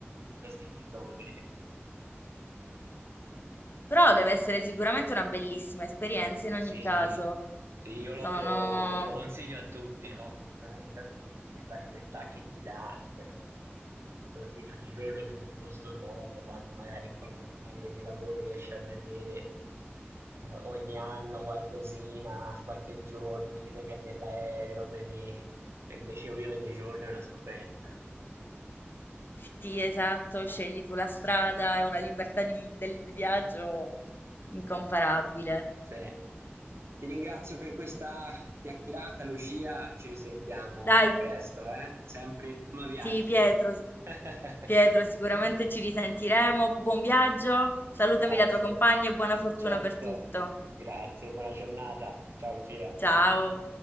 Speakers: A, on the right; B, on the left.
A: di questi episodi.
B: Però deve essere sicuramente una bellissima esperienza in ogni
A: Sì,
B: caso.
A: sì, io lo,
B: Sono
A: lo- lo consiglio a tutti, lo consiglio veramente a tutti, che la libertà che ti dà, eh, alla fine ogni giorno vedi un posto nuovo, quando magari in 40 anni di lavoro riesci a vedere eh, ogni anno qualcosina, qualche giorno, perché devi prendere l'aereo, vedi... E invece qui ogni giorno è una scoperta, no?
B: Sì, esatto, scegli
A: Eh.
B: tu la strada, è una libertà di- del viaggio incomparabile.
A: Sì. Ti ringrazio per questa chiacchierata Lucia, ci risentiamo
B: Dai,
A: presto, eh. Sempre tema viaggi.
B: sì, Pietro,
A: <laughs>
B: Pietro, sicuramente ci risentiremo. Buon viaggio, salutami
A: Grazie.
B: la tua compagna e buona fortuna
A: Certo.
B: per tutto.
A: Grazie, buona giornata. Ciao Lucia.
B: Ciao.